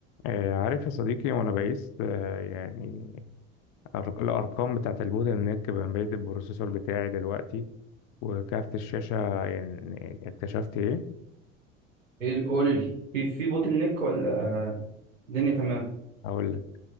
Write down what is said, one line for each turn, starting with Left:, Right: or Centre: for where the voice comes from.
Left: آه، عارف يا صديقي وانا بقيس آه، يعني الأرق- الارقام بتاعه البوتل نيك بين بين البروسيسور بتاعي دلوقتي وكارت الشاشه يعني اكتشفت ايه
Right: ايه اللي- قول لي في في بوتل نيك ولا الدنيا تمام
Left: هقول لك